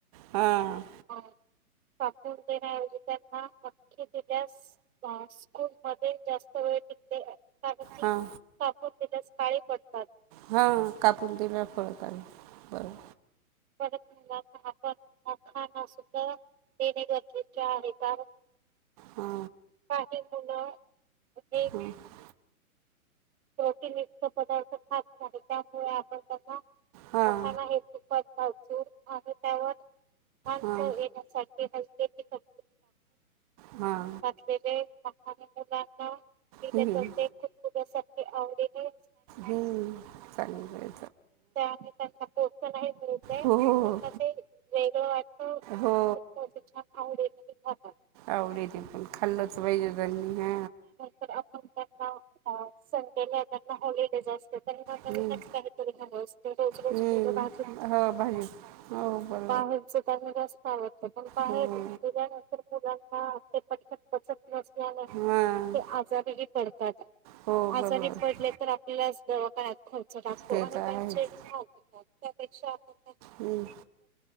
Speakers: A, on the right (about 25°); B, on the right (about 75°).
A: हां
B: हा कापून देण्याऐवजी त्यांना आख्खे दिल्यास हा स्कूल मध्ये जास्त वेळ टिकते. आणि ती
A: हां
B: कापून दिल्यास काळी पडतात.
A: हां कापून दिल्यावर फळं काळी बरोंबर
B: परत मुलांना आपण मखांना सुद्धा देणे गरजेचे आहे कारण
A: हा
B: काही मुलं <unintelligible>
A: <unintelligible>
B: प्रोटनयुक्त पदार्थ खात नाही त्यामुळे आपण त्यांना
A: हां
B: मखाना हे <unintelligible> भाजून आणि त्यावर <unintelligible>
A: हां
B: चव येण्यासाठी नुसतं तिखट
A: हां
B: घातलेले मखाने मुलांना दिले
A: हम्म
B: होते खूप <unintelligible> खुपारे आवडीने
A: हम <unintelligible>
B: त्या आणि त्यांना पोषणही मिळते आणि
A: हो
B: त्यांना
A: हो
B: ते वेगळं वाटत.
A: हो
B: <unintelligible> छान आवड ते खातात
A: आवडी त पण खाल्लच पाहिजेणी <unintelligible> ह
B: पण आपण त्यांना <unintelligible> ते काय त्यांना हॉलिडेज असत. त्यां काही
A: हम्म
B: <unintelligible> असते रोज रोज
A: हम्म.
B: मुलं भा
A: हो भाजिचं, हो बर
B: बाहेरच त्यांना जास्त आवडत, पण बाहेर
A: हो
B: दिल्यानंतर मुलांना ते पटकन पचत नसल्याने
A: हां
B: ते आजारीही पडतात,
A: हो
B: आजारी
A: बरोबर
B: पडले तर आपल्यालास दवाखायात खर्च टाकतो
A: ते
B: आणि
A: तर आहेच
B: त्यांचे भाग घेतात. त्यापेक्षा आप
A: हम्,